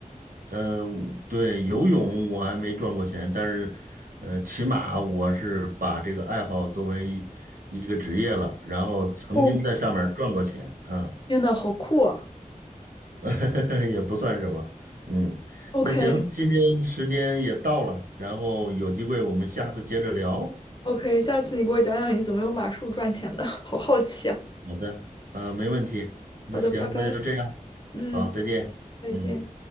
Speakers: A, on the right (about 80°); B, on the left (about 30°).
A: 呃，对，游泳我还没赚过钱，但是，呃，起码我是把这个爱好作为一一个职业了，然后曾经在上面赚过钱，
B: 哦，
A: 啊。
B: 天呐，好酷啊
A: <laughs> 也不算什么。嗯，
B: ！OK
A: 那行，今天时间也到了，然后有机会我们下次接着聊。
B: OK，下次你给我讲讲你怎么用马术赚钱的，<laughs> 好好奇啊。
A: 好的，呃，没问题。那行，
B: 好的，拜拜。
A: 那就这样，
B: 嗯，
A: 好，再见。
B: 再见。
A: 嗯。